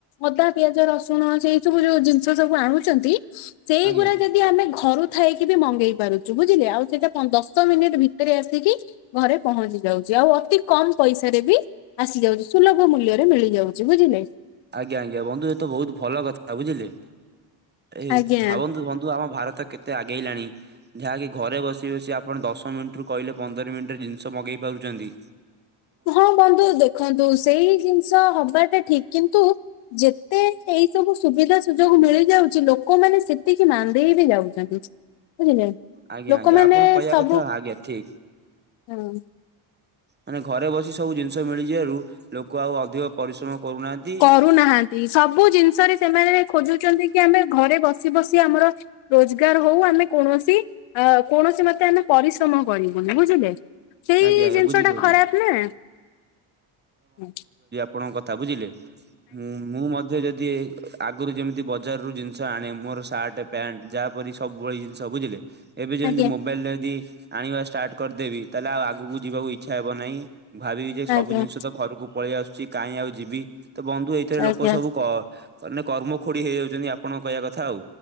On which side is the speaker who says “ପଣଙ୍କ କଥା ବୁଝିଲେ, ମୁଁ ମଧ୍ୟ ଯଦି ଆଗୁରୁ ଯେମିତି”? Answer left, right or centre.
Right